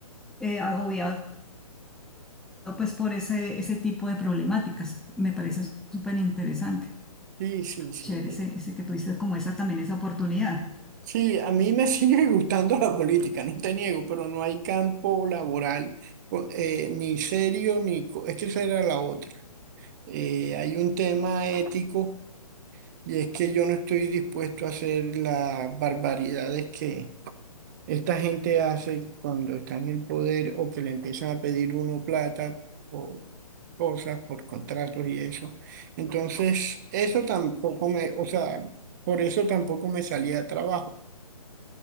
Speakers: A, in the centre; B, on the right.
A: eh, agobiado pues por ese, ese tipo de problemáticas. Me parece súper interesante.
B: Sí, sí, sí.
A: Chévere
B: eh,
A: ese, ese que tuviste como esa también esa oportunidad.
B: Sí, a mí me <laughs> sigue gustando la política, no te niego, pero no hay campo laboral co- eh, ni serio ni... co- Es que esa era la otra. Eh, hay un tema ético y es que yo no estoy dispuesto a hacer las barbaridades que esta gente hace cuando está en el poder o que le empiezan a pedir uno plata o cosas por contratos y eso. Entonces, eso tampoco me... O sea, por eso tampoco me salía de trabajo.